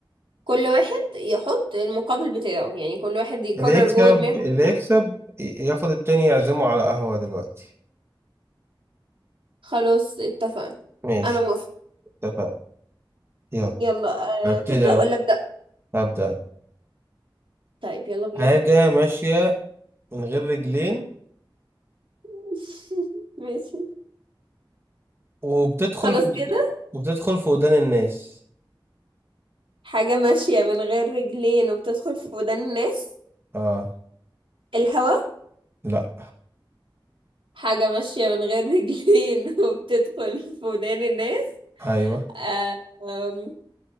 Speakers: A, on the right; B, on the right.
A: كل واحد يحط المقابل بتاعه يعني كل واحد يقرر
B: اللي يكسب
A: جوه دماغه
B: اللي يكسب ي- ياخد التاني يعزمه على قهوة دلوقتي
A: خلاص اتفقنا
B: ماشي
A: أنا موافقة
B: اتفقنا يلا
A: يلا
B: هبتدي
A: أه تبدأ
B: أنا.
A: ولا أبدأ
B: هبدأ أنا.
A: طيب يلا بينا
B: حاجة ماشية من غير رجلين
A: <laughs> ماشي
B: وبتدخل
A: خلاص
B: في
A: كده
B: وبتدخل في ودان الناس
A: حاجة ماشية من غير رجلين وبتدخل في ودان الناس
B: اه
A: الهوا
B: لا
A: حاجة ماشية من غير رجلين <laughs> وبتدخل في ودان الناس
B: ايوه
A: أه آم،